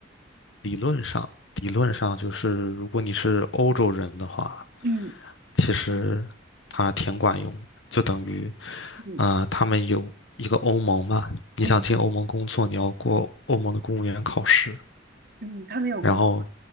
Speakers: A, on the left; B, on the right.
A: 理论上，理论上就是，如果你是欧洲人的话，
B: 嗯
A: 其实它挺管用的，就等于
B: 嗯
A: 啊、呃他们有一个欧盟嘛，你想进欧盟工作，
B: 嗯
A: 你要过欧盟的公务员考试，
B: 嗯，他们有共，
A: 然后